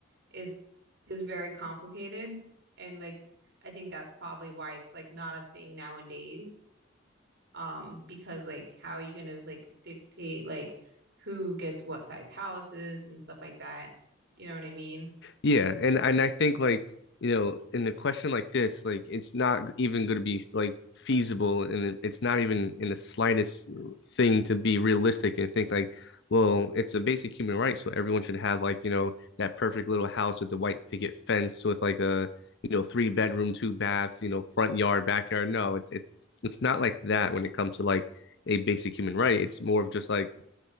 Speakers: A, on the right (about 55°); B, on the left (about 60°).
A: is is very complicated. And like I think that's probably why it's like not a thing nowadays. Um, because like how are you gonna like dictate like who gets what size houses and stuff like that? You know what I mean?
B: Yeah, and and I think like you know, in a question like this, like it's not even going to be like feasible, and it's not even in the slightest thing to be realistic and think like, well, it's a basic human right, so everyone should have like you know that perfect little house with the white picket fence with like a you know three bedroom, two baths, you know front yard, backyard. No, it's it's it's not like that when it comes to like a basic human right. It's more of just like